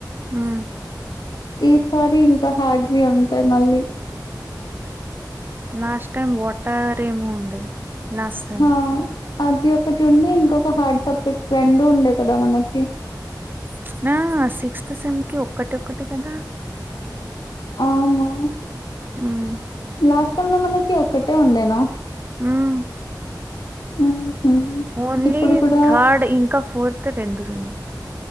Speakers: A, on the right (about 30°); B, on the left (about 70°).
A: మ్
B: ఈసారి ఇంకా హార్డ్వి ఉంటయి మళ్ళీ
A: లాస్ట్ టైమ్ వాటర్ ఏమొ ఉండే లాస్ట్ సేమ్
B: ఆ అది ఒకటుండే ఇంకొక హార్డ్ సబ్జెక్ట్ రెండూ ఉండే కదా మనకి
A: ప్చ్ ఆ సిక్స్త్ సెమ్కి ఒక్కటోక్కటే కదా
B: అవును
A: మ్మ్
B: లాస్ట్ సేమ్ ల మనకి ఒక్కటే ఉండేనా
A: ఉమ్
B: ఉహు
A: ఓన్లీ
B: ఇప్పుడు కూడా
A: థర్డ్ ఇంకా ఫోర్త్ రెండు రెండు